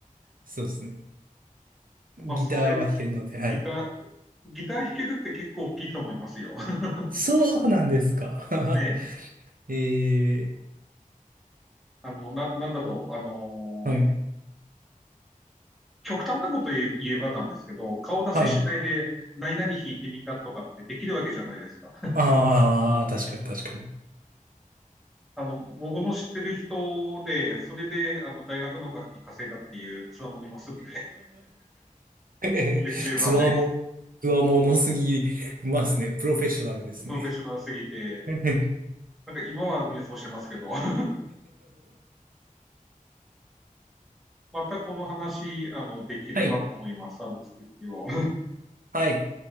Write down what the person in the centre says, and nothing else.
まあそれ、
ギター、ギター弾けるって結構大きいと思いますよ。<laughs>
ね、
あの、な、なんだろう、あの
極端なこと言え言えばなんですけど、顔出ししないで何々弾いてみたとかってできるわけじゃないですか。
<laughs>
あの、僕の知ってる人で、それで、あの、大学の楽器稼いだっていうつわものいますので、
YouTuber
で、
プロフェッショナルすぎて、
なんか今は瞑想してますけど、<laughs> またこの話、あの、できればと思います。
あの、続きを。